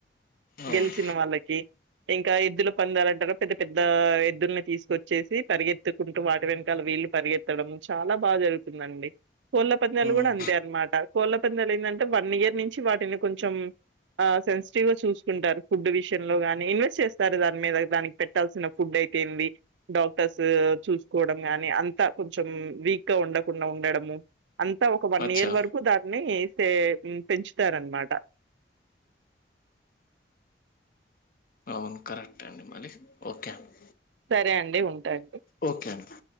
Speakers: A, on the left; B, on the right.
A: అవును.
B: గెలిచిన వాళ్ళకి ఇంకా ఎద్దుల. పందాలంటారుగా పెద్ద పెద్ద ఎద్దుల్ని తీసుకొచ్చేసి పరిగెత్తుకుంటూ వాటి వెనకాల వీళ్ళు పరిగెత్తడం. చాలా బాగా జరుగుతుందండి. కోళ్ళ పందాలు
A: హ్మ్.
B: కూడా అంతే అనమాట కోళ్ళు. పందాలేందంటే వన్ ఇయర్ నుంచి వాటిని కొంచెం. ఆ సెన్సిటివ్ గా చూసుకుంటారు ఫుడ్ విషయంలో గాని ఇ చేస్తారు దాని మీద దా పెట్టాల్సిన ఫుడ్ ఫీట్ ఏంది డాక్టర్స్ చూకోవడం గాని అంత కొంచెం వీక్ గా ఉండకుండా ఉండడము అంతా ఒక వన్
A: అచ్చా!
B: ఇయర్ వరకు దాన్ని పెంచుతారనమాట
A: అవును కరెక్ట్ అండి మరి ఓకే అండి.
B: సరే అండి ఉంటాను
A: ఓకే అండి